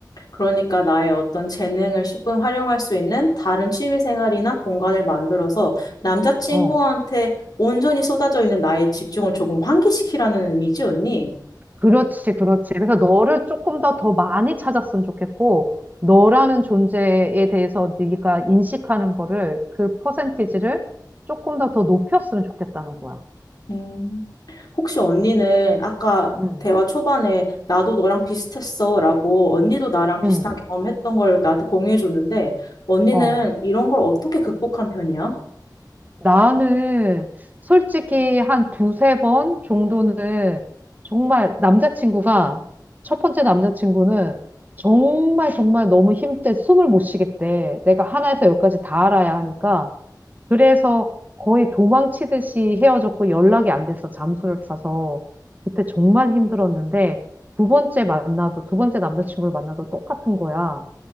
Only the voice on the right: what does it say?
어.
그렇지, 그렇지. 그래서 너를 조금 더 더 많이 찾았으면 좋겠고, 너라는 존재에 대해서 네가 인식하는 거를 그 퍼센티지를 조금 더 더 높였으면 좋겠다는 거야.
음,
음.
어,
나는 솔직히 한 두세 번 정도는 정말 남자친구가, 첫 번째 남자친구는 정말 정말 너무 힘들 때 숨을 못 쉬겠대. 내가 하나에서 열까지 다 알아야 하니까. 그래서 거의 도망치듯이 헤어졌고 연락이 안 돼서 잠수를 타서 그때 정말 힘들었는데 두 번째 만나도, 두 번째 남자친구를 만나도 똑같은 거야.